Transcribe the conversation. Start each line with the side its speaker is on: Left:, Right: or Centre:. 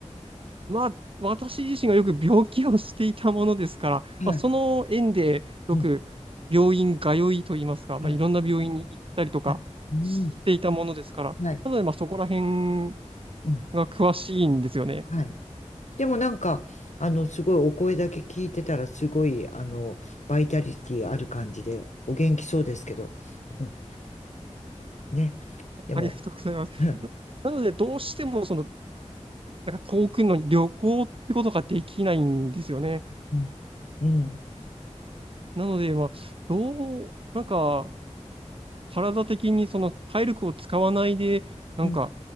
Right: まあ私自身がよく病気をしていたものですから、
Left: あ。はい。
Right: まあ、その縁でよく病院通いといいますか、
Left: うん。
Right: まあ、
Left: はい。
Right: いろんな病院に行ったりとかしていたものですから、
Left: はい。うん。はい。
Right: なので、まあ、そこら辺
Left: うん。
Right: が詳しいんですよね。
Left: はい。でもなんか、あの、すごいお声だけ聞いてたら、すごい、あの、バイタリティある感じで、お元気そうですけど、うん。ね。でも、
Right: ありがとうございます。
Left: うん。
Right: なので、どうしても、その、なんか遠くの旅行ってことができないんですよね。
Left: うん。うん。
Right: なので、まあ、どう、なんか、体的にその体力を使わないで、なんか、
Left: うん